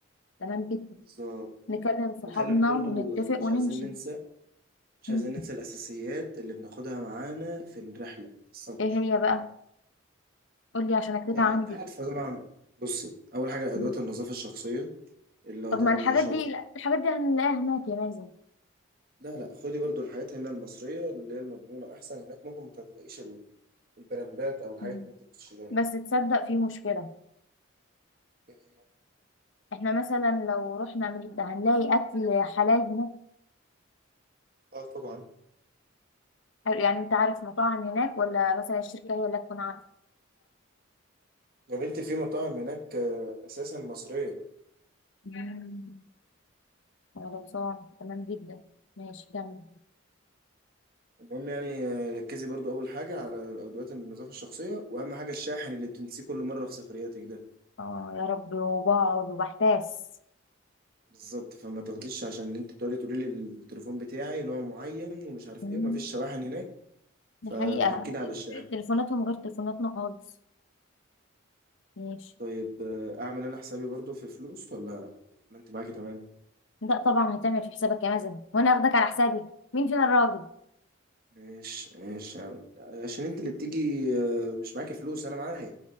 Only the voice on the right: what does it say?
بالظبط
وخلي بالك برضو
مش
عايزين ننسى مش
عايزين ننسى الاساسيات اللي بناخدها معانا في الرحله في السفر
يعني
انت عارفه طبعا بصي اول حاجه
ادوات النظافه الشخصيه اللي هتاخدي
شاور
لا لا خدي برضو الحاجات هنا المصريه اللي هي المضمونه احسن هناك ممكن ما تلاقيش ال- البراندات او الحاجات
اللي انت بتشتريها
هنا.
اه طبعا
يا بنتي في مطاعم هناك آه، اساسا مصريه
المهم يعني آه، ركزي برضو اول حاجه على ادوات النظافه الشخصيه واهم حاجه الشاحن اللي بتنسيه كل مره في سفرياتك ده
بالظبط فما تاخديش عشان انت بتقولي تقولي لي التليفون بتاعي نوع معين ومش عارف
ايه ومفيش شواحن هناك
فاكدي
على الشاحن
طيب آه، اعمل انا حسابي برضو في فلوس ولا ما انت معاكي تمام
ماشي ماشي يعني- عشان انت اللي بتيجي آه، مش معاكي فلوس انا معايا